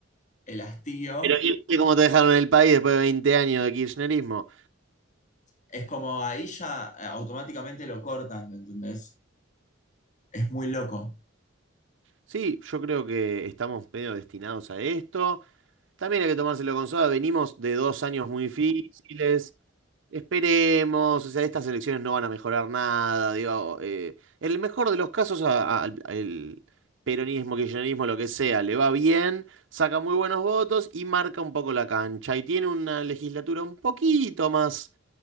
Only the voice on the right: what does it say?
Pero ¿y viste cómo te dejaron en el país después de 20 años de kirchnerismo?
Sí, yo creo que estamos medio destinados a esto. También hay que tomárselo con soda. Venimos de dos años muy difíciles. Esperemos. O sea, estas elecciones no van a mejorar nada. Digo, eh, en el mejor de los casos, a- a- al el peronismo, kirchnerismo, lo que sea, le va bien, saca muy buenos votos y marca un poco la cancha. Y tiene una legislatura un poquito más